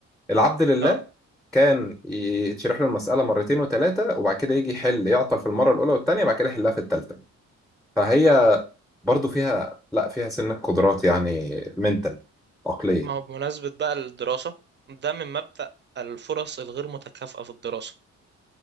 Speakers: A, in the centre; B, on the right.
A: العبد لله
B: اه
A: كان يتشرح له المسألة مرتين وثلاثة وبعد كده يجي يحل يعطل في المرة الأولى والتانية بعد كده يحلها في التالتة فهي برضو فيها لا فيها سنة قدرات يعني منتال عقلية
B: ما هو بمناسبة بقى الدراسة ده من مبدأ الفرص الغير متكافئة في الدراسة